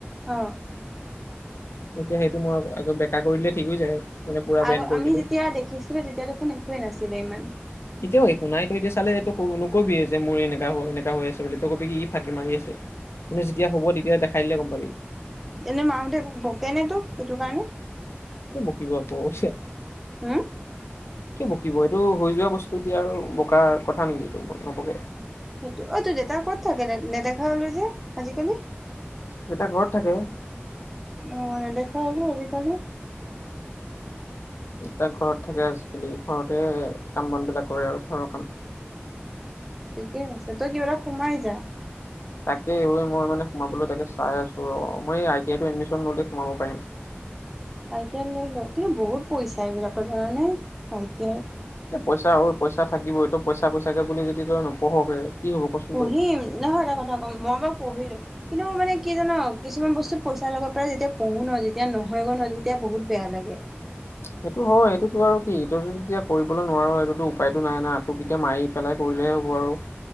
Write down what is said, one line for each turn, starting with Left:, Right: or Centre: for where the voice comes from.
Centre: অ
Left: এতিয়া সেইটো মই আকৌ বেকা কৰি দিলে ঠিক হৈ যায় মানে পুৰা
Centre: আগ
Left: বেণ্ড কৰি
Centre: আমি
Left: দিলে।
Centre: যেতিয়া দেখিছিলো তেতিয়া দেখোন একোৱেই নাছিলো ইমান
Left: এতিয়াও একো নাই ত এতিয়া চালে এইটো নকবিয়ে যে মোৰ এনেকা এনেকা হৈ আছে বোলি তই কবি কি ই ফাঁকি মাৰি আছে কিন্তু যেতিয়া হ'ব তেতিয়া দেখাই দিলে গম পাবি
Centre: এনে মাহতে এক বকে নে তোক সেইটো কাৰণে
Left: কি বুজিছা পৌঁছ
Centre: হম
Left: কিয় বকিব এইটো হৈ যোৱা বস্তু এতিয়া আৰু বকা কথা নেকি এইটো নবকে
Centre: সেইটো অ তোৰ দেউতা ক'ত থাকে নেদেখা হলো যে আজিকালি
Left: দেউতা ঘৰত থাকে
Centre: অ নেদেখা হলো আজিকালি
Left: তাক ঘৰত থাকে আজিকালি ঘৰতে কাম বন বিলাক কৰে আৰু ঘৰৰ কাম
Centre: ঠিকেই আছে তই কিবা এটা সোমাই যা <unintelligible>
Left: তাকে মই মানে সোমাবলৈ তাকে চাই আছো অ মই আই টি আই এডমিচন ললে সোমাব পাৰিম <unintelligible> <inaudible>
Centre: আই টি আই লৈ ল কিন্তু বহুত পইচা এইবিলাকত জানানে আই টি এ <unintelligible>
Left: এ পইচা আৰু পইচা থাকিবই টো পইচা পইচাকে বুলি যদি তই নপঢ়কে <unintelligible>
Centre: পঢ়িম
Left: তই।
Centre: নহয় এটা কথা ক'ম মই বাৰু পঢ়িম কিন্তু মানে কি জান কিছুমান বস্তু পইচা লগাৰ পৰা যেতিয়া পঢ়ো নহ যেতিয়া নহয় গ' নহয় তেতিয়া বহুত বেয়া লাগে <unintelligible> <inaudible>
Left: সেইটো হয় সেইটোতটো আৰু কি এইটো যেতিয়া কৰিবলৈ নোৱাৰো সেইটোতো উপায়টো নাই না তোক কে এতিয়া মাৰি পেলাই কৰি <unintelligible> ভালেই হ'ব আৰু